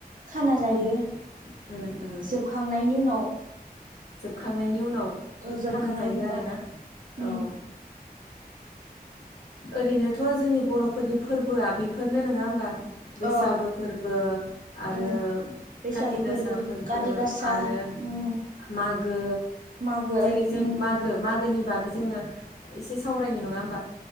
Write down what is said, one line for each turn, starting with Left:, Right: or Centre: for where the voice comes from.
Right: खाना जायो।
Left: उम उम उम
Right: जोबखांनायनि उनाव।
Left: जोबखांनायनि उनाव
Right: ओ जोबखांनायनि
Left: खाना जायो
Right: उनाव
Left: आरोना
Right: उम
Left: औ। ओरैनोथ जोंनि बरफोरनि फोरबोआ बेफोरनो नङा होमबा। बैसागु
Right: अ
Left: फोरबो आरो
Right: उम बैसागो
Left: काति गासा फोरबो
Right: काति गासा
Left: आरो
Right: उम
Left: मागो
Right: मागो
Left: जेरै जों
Right: उम
Left: मागो मागोनि बागै जोंङो एसे सावरायनाय नङा होमबा।